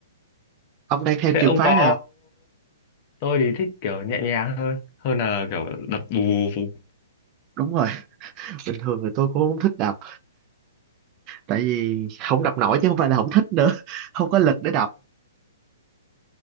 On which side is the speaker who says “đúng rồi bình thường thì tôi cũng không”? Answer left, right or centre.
Right